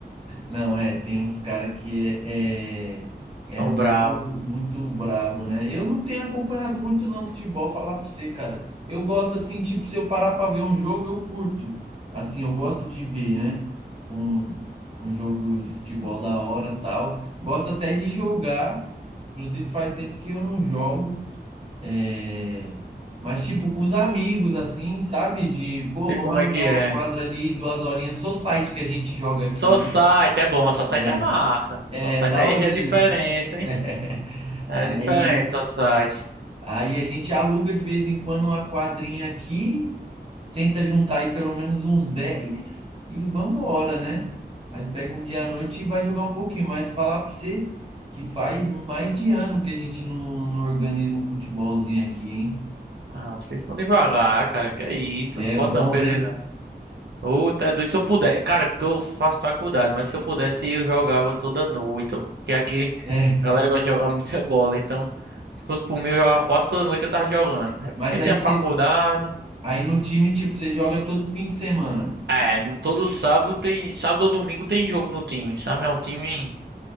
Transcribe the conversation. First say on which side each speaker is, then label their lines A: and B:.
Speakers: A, on the right (about 35°); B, on the right (about 80°).
A: Não, é, tem uns caras que é, é,
B: São
A: é muito,
B: bravos.
A: muito brabo, né? Eu não tenho acompanhado muito não futebol, falar pra você, cara. Eu gosto assim, tipo, se eu parar pra ver um jogo, eu curto. Assim, eu gosto de ver, né? Se for Um, um jogo de futebol da hora, tal. Gosto até de jogar, inclusive faz tempo que eu não jogo. É... Mas, tipo, com os amigos, assim, sabe? De, pô,
B: sei
A: vamos
B: como
A: alugar
B: é que
A: uma
B: é.
A: quadra ali, duas horinhas, só site que a gente joga aqui,
B: Só
A: né?
B: site é bom, só site
A: É,
B: é massa. Só
A: é
B: site
A: daorinha.
B: aí já é diferença, hein?
A: <laughs>
B: É
A: Aí,
B: diferente, só site.
A: aí a gente aluga de vez em quando uma quadrinha aqui, tenta juntar aí pelo menos uns 10 e vambora, né? Aí pega um dia à noite e vai jogar um pouquinho, mas falar pra você que faz mais de ano que a gente não, não organiza um futebolzinho aqui, hein?
B: Ah, vocês estão devagar, cara. Que é isso?
A: É
B: Não pode
A: bom,
B: não perder,
A: né?
B: Ô, tá doido. Se eu puder, cara, é porque eu faço faculdade, mas se eu pudesse eu jogava toda noite. Porque aqui
A: É.
B: a galera gosta de jogar <laughs> muita bola, então se fosse por mim eu jogava quase toda noite eu tava jogando. É porque
A: Mas aí,
B: tem a faculdade.
A: você, aí no time, tipo, você joga todo fim de semana.
B: É, no- todo sábado tem, sábado ou domingo tem jogo no time, sabe? É um time